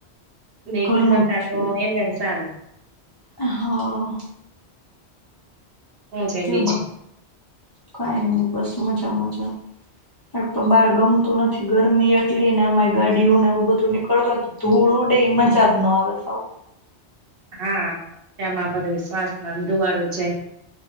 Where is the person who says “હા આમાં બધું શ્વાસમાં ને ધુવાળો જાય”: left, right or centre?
Right